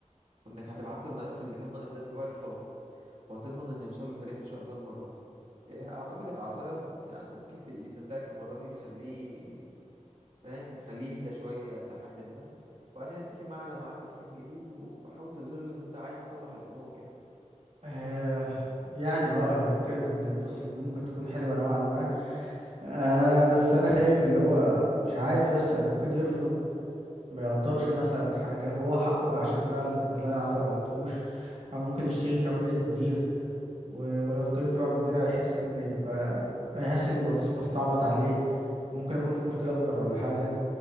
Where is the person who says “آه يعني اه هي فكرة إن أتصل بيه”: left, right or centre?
Right